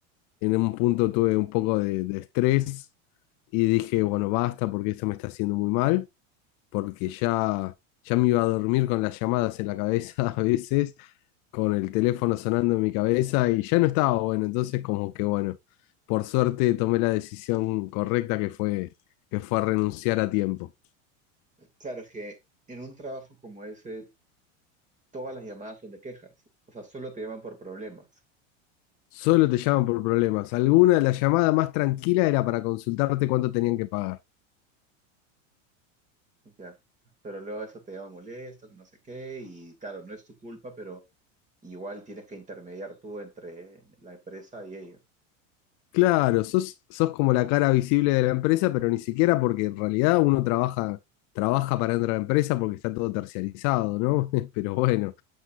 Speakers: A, on the left (about 50°); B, on the right (about 20°).
A: en un punto tuve un poco de, de estrés y dije, bueno, basta porque esto me está haciendo muy mal porque ya, ya me iba a dormir con las llamadas en la cabeza <laughs> a veces, con el teléfono sonando en mi cabeza y ya no estaba bueno, entonces como que bueno, por suerte tomé la decisión correcta que fue, que fue renunciar a tiempo.
B: Claro, es que en un trabajo como ese, todas las llamadas son de quejas. O sea, solo te llaman por problemas.
A: Solo te llaman por problemas. Alguna de las llamadas más tranquila era para consultarte cuánto tenían que pagar.
B: Ya, pero luego eso te lleva molesto, que no sé qué, y claro, no es tu culpa, pero igual tienes que intermediar tú entre la empresa y ellos.
A: Claro, sos, sos como la cara visible de la empresa, pero ni siquiera porque en realidad uno trabaja, trabaja para entrar a la empresa porque está todo terciarizado, ¿no? <laughs> Pero bueno.